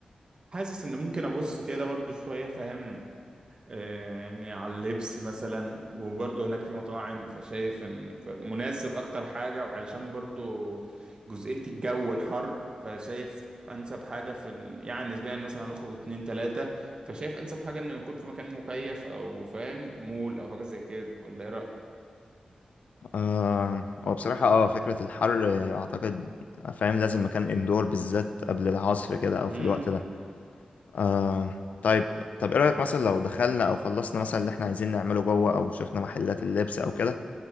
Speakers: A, on the right (about 35°); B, on the left (about 90°).
A: حاسس ان ممكن ابص كده برضو شويه فاهم يعني على اللبس مثلا وبرضه هناك في مطاعم فشايف ان مناسب اكتر حاجة وعلشان برضه جزئية الجو الحر فشايف انسب حاجة في ال... يعني نسبيا مثلا هنخرج اتنين تلاتة فشايف انسب حاجة انه نكون في مكان مكيف او فاهم مول او حاجة زي كده ولا ايه رأيك؟
B: آه هو بصراحة اه فكرة الحر آه، اعتقد فاهم لازم مكان اندور بالذات قبل العصر كده او
A: مم.
B: في الوقت ده آه طيب طب ايه رأيك مثلا لو دخلنا او خلصنا مثلا اللي احنا عايزين نعمله جوه او شفنا محلات اللبس او كده